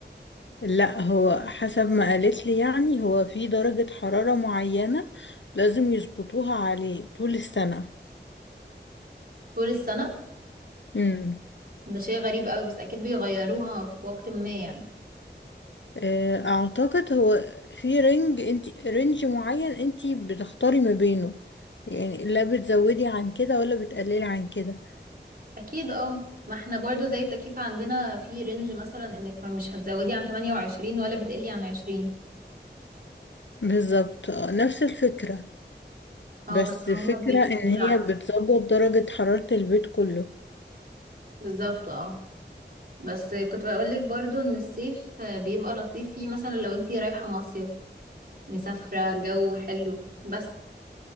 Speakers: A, on the left; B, on the right.
A: لا هو حسب ما قالت لي يعني هو في درجة حرارة معينة لازم يظبطوها عليه طول السنة
B: طول السنة
A: امم
B: ده شيء غريب قوي بس اكيد بيغيروها في وقت ما يعني
A: آه، اعتقد هو في رينج انت رينج معين انت بتختاري ما بينه يعني لا بتزودي عن كده ولا بتقللي عن كده
B: اكيد اه ما احنا برضو زي التكييف عندنا في رينج مثلا انك ما مش هتزودي عن 28 ولا بتقلي عن 20
A: بالظبط آه، نفس الفكرة
B: اه
A: بس
B: بس
A: الفكرة
B: هما بيحتاجوا
A: ان هي
B: بالعكس
A: بتظبط درجة حرارة البيت كله
B: بالظبط اه بس كنت بقولك برضو ان الصيف آه، بيبقى لطيف فيه مثلا لو انتي رايحة مصيف مسافرة جو حلو بس